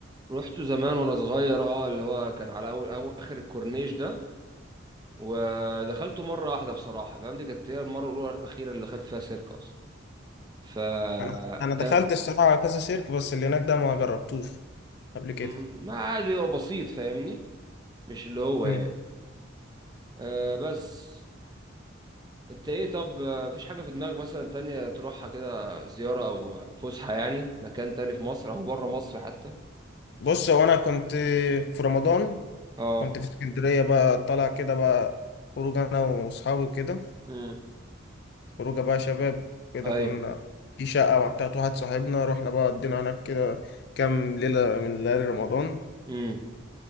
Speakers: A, on the right; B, on the left.
A: رحت زمان وانا صغير اه اللي هو كان على اول أو اخر الكورنيش ده ودخلته مرة واحدة بصراحة فاهم دي كانت هي المرة الأولى الأخيرة اللي دخلت فيها سيرك أصلا فكان
B: أنا أنا دخلت الصراحة على كذا سيرك بس اللي هناك ده ما جربتوش قبل كده
A: ما عاد بيبقى بسيط فاهمني مش اللي هو
B: مم.
A: يعني آه بس انت ايه طب آه، مفيش حاجة في دماغك مثلا تانية تروحها كده زيارة او آه، فسحة يعني مكان تاني في مصر او بره مصر حتى
B: بص هو انا كنت في رمضان
A: اه
B: كنت في اسكندريه بقى طالع كده بقى خروج انا واصحابي كده
A: امم
B: خروجه بقى شباب كده
A: ايوه
B: كنا في شقه بتاعت واحد صاحبنا رحنا بقى قضينا هناك كده كام ليله من ليالي رمضان
A: امم